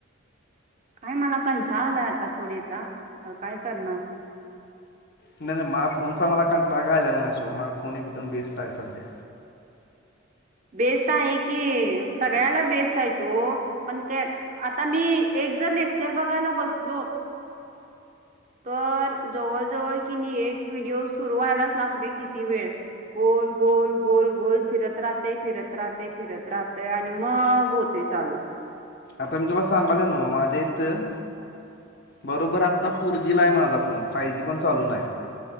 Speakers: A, on the right; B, on the left.
A: काय मला कंथ आलाय आता चोरीचा काय करणार
B: नाही नाही मझ फोनचा मला काण ट्रगा आलेला नाही सोडून मझ फोन एकदम बेस्ट आहे सध्या
A: बेस्ट आहे की सगळ्याला बेस्ट आहे तो पण काय आता मी एक जर लेक्चर बघायला बसलो तर जवळजवळ की मी एक व्हिडिओ सुरू व्हायलाच लागते किती वेळ गोल गोल गोल गोल फिरत राहते फिरत राहते फिरत राहतय आणि मग होत ते चालू
B: आता मी तुला सांगाल न माझ्या इथं बरोबर आत्ता फोर जीला आहे माझा फोन फाय जी पण चालू नाही आहे